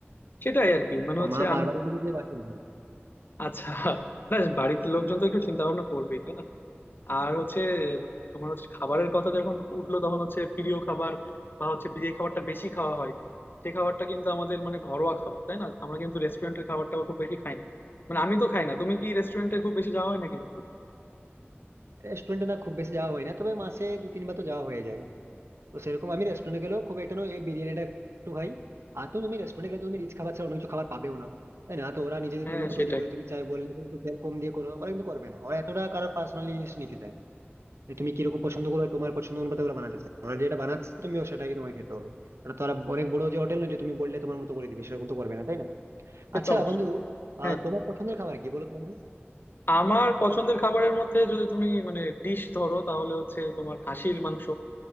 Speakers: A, on the left; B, on the right.
A: সেটাই আর কি মানে
B: তো
A: হচ্ছে
B: মা বারবার
A: আমি
B: বলি যে বাসি রেখে দিই।
A: আচ্ছা না বাড়িতে লোকজন তো একটু চিন্তা ভাবনা করবেই তাই না আর হচ্ছে তোমার হচ্ছে খাবারের কথা যখন উঠলো তখন হচ্ছে প্রিয় খাবার বা হচ্ছে যে খাবারটা বেশি খাওয়া হয় সে খাবারটা কিন্তু আমাদের মানে ঘরোয়া খাবার তাই না আমরা কিন্তু রেস্টুরেন্টের খাবারটা খুব বেশি খাই না মানে আমি তো খাই না তুমি কি রেস্টুরেন্টে খুব বেশি যাওয়া হয় নাকি বন্ধু
B: রেস্টুরেন্টে না খুব বেশি যাওয়া হয় না তবে মাসে দু তিনবার তো যাওয়া হয়ে যায় তো সেরকম আমি রেস্টুরেন্টে গেলেও খুব একটা নয় এই বিরিয়ানিটা একটু খাই আর তো তুমি রেস্টুরেন্টে গেলে তো তুমি রিচ খাবার ছাড়া অন্য কিছু খাবার পাবেও না তাই না তো ওরা নিজেদের
A: হ্যাঁ
B: মতো
A: সেটাই
B: তৈরি করে তুমি চাই বললে কিন্তু তেল কম দিয়ে করো ওরা কিন্তু করবে না ওরা এতটা কারোর পার্সোনালি জিনিস নিতে চায় না। যে তুমি কিরকম পছন্দ করো তোমার পছন্দ অনুপাতে ওরা বানাতে চায় ওরা যেটা বানাচ্ছে তুমিও সেটাকে তোমাকে খেতে হবে ওটা তো আর অনেক বড় যে হোটেল না যে তুমি বললে তোমার মতো করে দিবে সেরকম তো করবে না তাই না
A: সে
B: আচ্ছা
A: তো অবশ্যই
B: বন্ধু
A: হ্যাঁ
B: আহ তোমার পছন্দের খাবার কি বলো তোমার
A: আমার পছন্দের খাবারের মধ্যে যদি তুমি মানে ডিশ ধরো তাহলে হচ্ছে তোমার খাসির মাংস